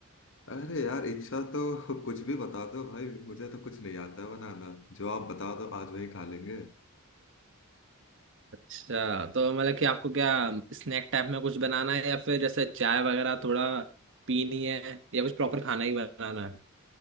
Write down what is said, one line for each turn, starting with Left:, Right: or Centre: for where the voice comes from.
Left: अरे यार इच्छा तो <laughs> कुछ भी बता दो भाई मुझे तो कुछ नहीं आता है बनाना जो आप बता दो आज वही खा लेंगे
Right: अच्छा तो मतलब कि आपको क्या स्नैक टाइप में कुछ बनाना है या फिर जैसे चाय वगैरह थोड़ा पीनी है या कुछ प्रॉपर खाना ही बनाना है